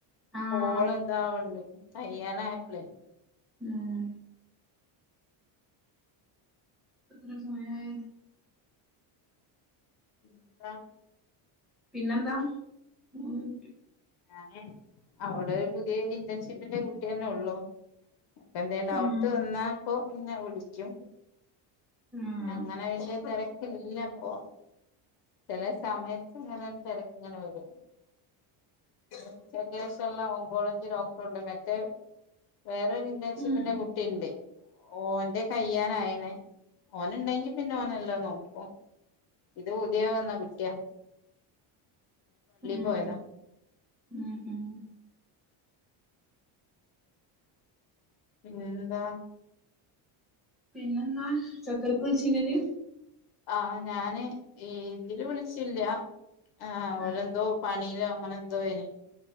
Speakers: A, in the centre; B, on the left.
A: ആഹ്
B: കോള് ന്താവണ്ട് കഴിയാനായപ്പളെ
A: ഉം ഇപ്പ എത്ര സമയായി
B: എന്താ
A: പിന്നെന്താ മൂന്ന് മിനിറ്റ്
B: ഞാന് അവിടെ ഒരു പുതിയ ഇന്റേൺഷിപ്പിന്റെ കുട്ടിയന്നെള്ളു അപ്പ എന്തേം ഡൗട്ട്
A: ആഹ്
B: വന്നാപ്പോ നിന്നെ വിളിക്കും
A: ആഹ്
B: പിന്നെ അങ്ങനെ വല്യ തെരക് ക്കില്ലപ്പൊ ചെലെ സമയത്ത്ങ്ങനെ ഒരു തെരക്ക്ങ്ങനെ വരും ഉച്ചക്കേഷം എല്ലാം ഓങ്കോളജി ഡോക്ടറുണ്ട് മറ്റേ വേറൊരു ഇന്റേൺഷിപ്പിന്റെ
A: ഉം
B: കുട്ടിണ്ട് ഓന്റെ കയ്യാനായിണെ ഓന് ഇണ്ടെങ്കി പിന്നെ ഓനെല്ലാം നോക്കും ഇത് പുതിയ വന്ന കുട്ട്യാ
A: ഉം
B: പോയതാ
A: ഉം ഉം
B: പിന്നെന്താ
A: പിന്നെന്താ ചക്കരക്കുവിളിച്ചീന്യോ ജ്ജ്
B: ആഹ് ഞാന് ഇതില് വിളിച്ചില്ല ആ അവരെന്തോ
A: ഏഹ്
B: പണിലോ അങ്ങനെ എന്തോ ഇനി